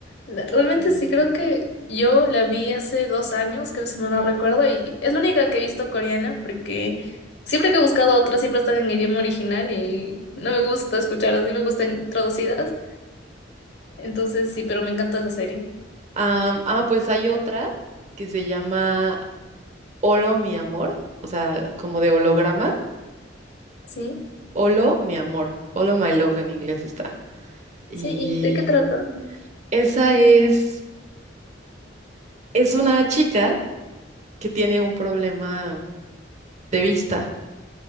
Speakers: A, on the left; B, on the right.
A: la- realmente
B: Mm.
A: sí creo que yo la vi hace dos años, creo si mal no recuerdo, y es la única que he visto coreana porque siempre que he buscado otras siempre están en idioma original y no me gusta escuchar así, me gustan traducidas. Entonces sí, pero me encanta esa serie.
B: Am, ah, pues hay otra que se llama Holo, mi amor, o sea, como de holograma.
A: Sí,
B: Holo, mi amor. Holo, my love en inglés está. Y
A: sí, ¿y de qué trata?
B: esa es, es una chica que tiene un problema de vista.